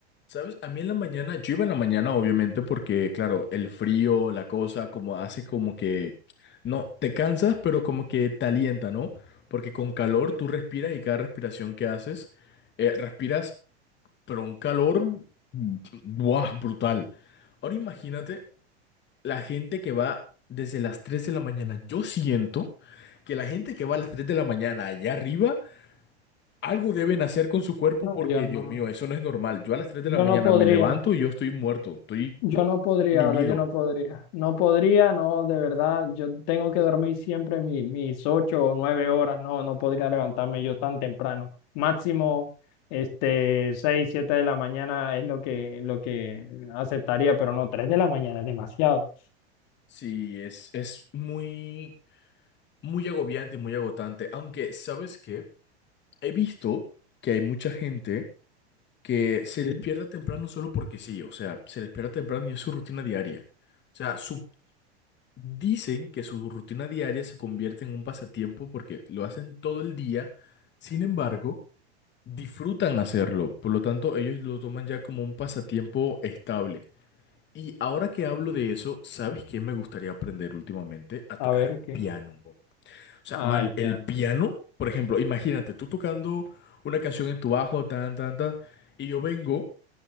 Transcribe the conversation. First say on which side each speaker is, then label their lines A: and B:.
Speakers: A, on the left (about 35°); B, on the left (about 55°).
A: ¿sabes? A mí en la mañana, yo iba en la mañana obviamente porque, claro, el frío, la cosa, como hace como que, no, te cansas, pero como que te alienta, ¿no? Porque con calor tú respiras y cada respiración que haces, eh, respiras pero un calor, ¡buah! Brutal. Ahora imagínate la gente que va desde las 3 de la mañana. Yo siento que la gente que va a las 3 de la mañana allá arriba, algo deben hacer con su cuerpo
B: No,
A: porque,
B: yo no,
A: Dios mío, eso no es normal. Yo a las 3
B: yo
A: de la mañana
B: no podría.
A: me levanto y yo estoy muerto, estoy
B: Yo no podría,
A: mimido.
B: ahora yo no podría. No podría, no, de verdad. Yo tengo que dormir siempre mi- mis ocho o nueve horas. No, no podría levantarme yo tan temprano. Máximo, este, seis, siete de la mañana es lo que, lo que aceptaría, pero no, tres de la mañana es demasiado.
A: Sí, es, es muy, muy agobiante y muy agotante. Aunque, ¿sabes qué? He visto que hay mucha gente que se
B: Sí.
A: les pierda temprano solo porque sí, o sea, se les pierda temprano y es su rutina diaria. O sea, su, dicen que su rutina diaria se convierte en un pasatiempo porque lo hacen todo el día, sin embargo, disfrutan hacerlo, por lo tanto, ellos lo toman ya como un pasatiempo estable. Y ahora que hablo de eso, ¿sabes qué me gustaría aprender últimamente? A
B: A
A: tocar
B: ver qué.
A: piano. Bob. O sea,
B: Ah,
A: man,
B: el piano.
A: el piano, por ejemplo, imagínate tú tocando una canción en tu bajo, tan, tan, tan, y yo vengo